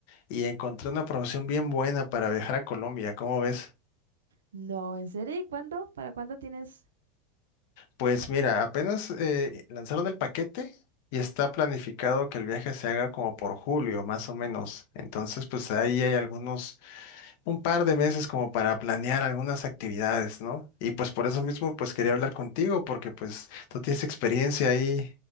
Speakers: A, on the left; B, on the right.
A: y encontré una promoción bien buena para viajar a Colombia. ¿Cómo ves?
B: No, ¿en serio? ¿Y cuándo? ¿Para cuándo tienes?
A: Pues mira, apenas eh, lanzaron el paquete. Y está planificado que el viaje se haga como por julio, más o menos. Entonces, pues ahí hay algunos un par de meses como para planear algunas actividades, ¿no? Y pues por eso mismo pues quería hablar contigo porque pues tú tienes experiencia ahí